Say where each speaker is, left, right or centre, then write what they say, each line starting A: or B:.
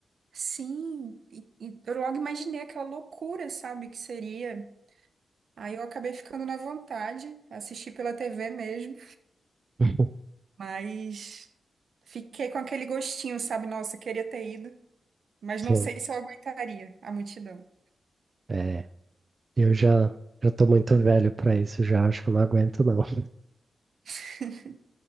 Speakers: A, on the right; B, on the right.
A: Sim, e, e eu logo imaginei aquela loucura, sabe, que seria. Aí eu acabei ficando na vontade, assisti pela TV mesmo,
B: <laughs>
A: mas fiquei com aquele gostinho, sabe? Nossa, queria ter ido, mas
B: Sim.
A: não sei se eu aguentaria a multidão.
B: é. Eu já, já tô muito velho pra isso, já acho que eu não aguento não. <laughs>
A: <laughs>